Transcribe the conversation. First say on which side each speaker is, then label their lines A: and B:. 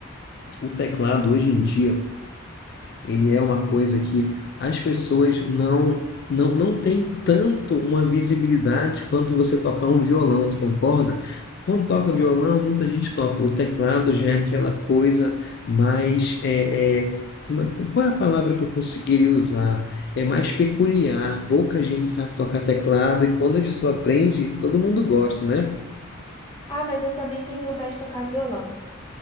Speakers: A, on the left; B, on the left.
A: o teclado hoje em dia ele é uma coisa que as pessoas não não não têm tanto uma visibilidade quanto você tocar um violão, tu concorda? Quando toca violão, muita gente toca. O teclado já é aquela coisa mais é, é, como é- qual é a palavra que eu conseguiria usar? É mais peculiar. Pouca gente sabe tocar teclado e quando a pessoa aprende, todo mundo gosta, né?
B: Ah, mas eu também tenho vontade de tocar violão.